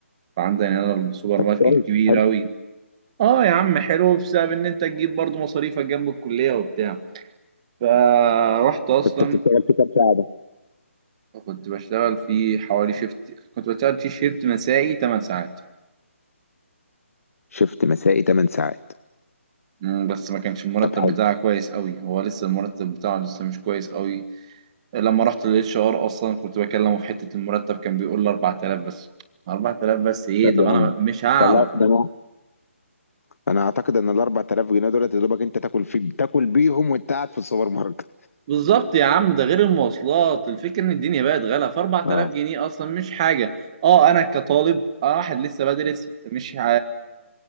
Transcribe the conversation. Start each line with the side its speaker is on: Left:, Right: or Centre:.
Right: فعندنا هنا السوبر ماركت
Left: كويس
Right: كبير
Left: حلو
Right: أوي اه يا عم حلو بسبب ان انت تجيب برضو مصاريفك جنب الكلية وبتاع فرحت اصلا
Left: كنت بتشتغل في كام ساعه ده
Right: كنت بشتغل في حوالي شيفت كنت بشتغل في شيفت مسائي 8 ساعات
Left: شفت مسائي 8 ساعات
Right: مم، بس ما كانش المرتب
Left: طب حلو
Right: بتاعها كويس قوي هو لسه المرتب بتاعه لسه مش كويس قوي لما رحت للاتش ار اصلا كنت بكلمه في حته المرتب كان بيقول لي 4000 بس 4000 بس ايه
Left: طب
Right: طب
Left: يا
Right: انا
Left: عم
Right: مش هعرف
Left: طلع ده انا انا اعتقد ان ال 4000 جنيه دولت يا دوبك انت تاكل في تاكل بيهم وانت قاعد في السوبر ماركت
Right: بالظبط يا عم ده غير المواصلات الفكره ان الدنيا بقت غلا ف 4000
Left: اه
Right: جنيه اصلا مش حاجه اه انا كطالب آه واحد لسه بدرس مش ه...